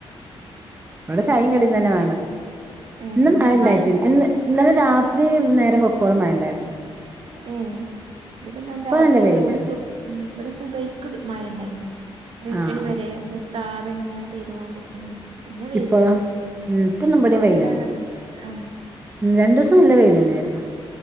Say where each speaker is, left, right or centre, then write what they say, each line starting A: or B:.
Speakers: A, on the right; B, on the right.
A: അവിടെ ശൈ കടീന്ന് തന്നെ വേണം
B: ഏഹ്
A: ഇന്നും ആണ്ടായിര
B: മഴ
A: ഇന്നലെ രാത് ഒത്തിരി നേരം ഉൾക്കോള ആണ്ടായിരുന്നു
B: ഏ ഇവിടെന്നൻ രാത്രില്ലേ
A: നല്ല വെയിലാണ്
B: ഇവിടെു ഇവിടെ സുബൈക്ക് മായണ്ടായിന് എട്ടണി
A: ആഹ്
B: വരെ താതെ ഇങ്ങനെ പെയ്തോണ്ടക്കനി പിന്നെ വെയിലായി
A: ഇപ്പോഴോ ഉം ഇപ്പൊന്നും
B: ഇപ്പൊ
A: ഇവിടെയും
B: വെയിലാണ്
A: വെയിലുണ്ട്
B: ആ
A: രണ്ടു ദിവസം നല്ല വെൽന്നായിയിരുന്നു